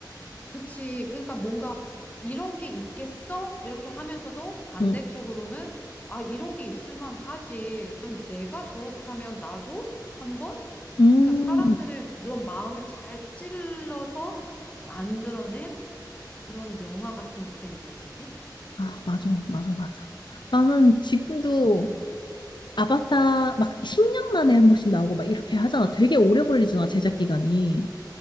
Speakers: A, on the left; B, on the left.
A: 그치. 그러니까 뭔가 이런 게 있겠어? 이렇게 하면서도 반대쪽으로는
B: 음,
A: 아, 이런 게 있을 만하지. 그럼 내가 저렇다면 나도 한번?
B: 음.
A: 그러니까 사람들의 이런 마음을 잘 찔러서 만들어낸 그런 영화 같은 느낌이 들었거든?
B: 아, 맞아, 맞아, 맞아. 나는 지금도
A: 응.
B: 아바타 막 10년 만에 한 번씩 나오고 막 이렇게 하잖아. 되게 오래 걸리잖아, 제작 기간이.